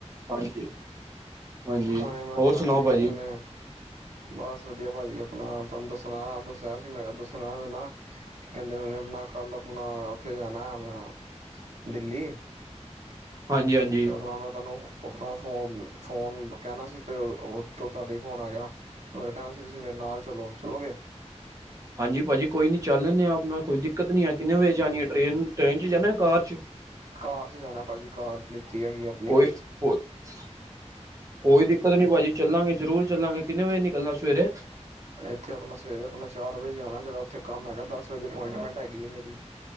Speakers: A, on the right; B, on the right.
A: ਹਾਂਜੀ। ਹਾਂਜੀ
B: ਹੁਣੇ ਮੈਂ
A: ਹੋਰ
B: ਅਪਣਾ,
A: ਸੁਣਾਓ
B: ਕੀ ਕਹਿੰਦੇ
A: ਭਾਜੀ
B: ਨੇ ਬਸ ਵਧੀਆ ਭਾਜੀ, ਆਪਣਾ ਤੁਹਾਨੂੰ ਦੱਸਣਾ ਆਇਆ ਦੱਸਿਆ ਸੀ ਮੈਂ ਦੱਸਣਾ ਨਾ, ਕੀ ਕਹਿੰਦੇ ਨੇ ਆਪਣਾ, ਕੱਲ ਆਪਣਾ ਉੱਥੇ ਜਾਣਾ, ਅਪਨਾ ਦਿੱਲੀ
A: ਹਾਂਜੀ, ਹਾਂਜੀ।
B: ਤੇ ਆਪਣਾ ਮੈਂ ਤੁਹਾਨੂੰ ਆਪਣਾ ਫੋਨ, ਫੋਨ ਕਹਿਣਾ ਸੀ ਤੇ, ਤੁਹਾਡੇ ਫੋਨ ਆ ਗਿਆ। ਮੈ ਕਹਿਣਾ ਸੀ ਤੁਸੀਂ ਮੇਰੇ ਨਾਲ ਚਲੋ, ਚਲੋਗੇ?
A: ਹਾਂਜੀ ਭਾਜੀ ਕੋਈ ਨੀ, ਚਲ ਲੈਂਦੇ ਆ ਆਪਣਾ, ਕੋਈ ਦਿੱਕਤ ਨੀ ਹੈ। ਕਿੰਨੇ ਵਜੇ ਜਾਣੀ ਹੈ ਟ੍ਰੇਨ, ਟ੍ਰੇਨ 'ਚ ਜਾਣਾ ਕਾਰ 'ਚ?
B: ਕਾਰ 'ਚ ਜਾਣਾ ਭਾਜੀ, ਕਾਰ ਲਿੱਤੀ ਹੈਗੀ ਆ।
A: ਕੋਈ ਕੋ ਕੋਈ ਦਿੱਕਤ ਨੀ ਭਾਜੀ, ਚੱਲਾਂਗੇ ਜ਼ਰੂਰ ਚੱਲਾਂਗੇ। ਕਿੰਨੇ ਵਜੇ ਨਿਕਲਣਾ ਸਵੇਰੇ?
B: ਇੱਥੇ ਆਪਣਾ ਸਵੇਰੇ ਆਪਣਾ, ਚਾਰ ਵਜੇ ਜਾਣਾ ਜਿਹੜਾ ਉੱਥੇ ਕੰਮ ਹੈਗਾ, ਦਸ ਵਜੇ ਅਪੁਇੰਟਮੈਂਟ ਹੈਗੀ ਹੈ ਮੇਰੀ।